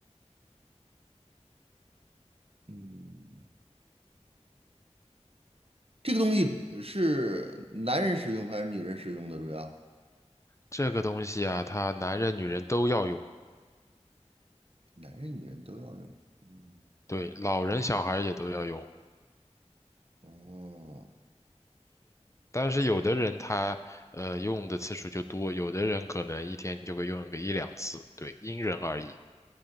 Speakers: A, on the right; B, on the left.
A: 嗯，这个东西是男人使用还是女人使用的？主要
B: 这个东西啊，它男人女人都要用。
A: 男人、女人都要用。嗯，
B: 对，老人小孩也都要用。
A: 哦，
B: 但是有的人他呃用的次数就多，有的人可能一天就会用个一两次，对，因人而异。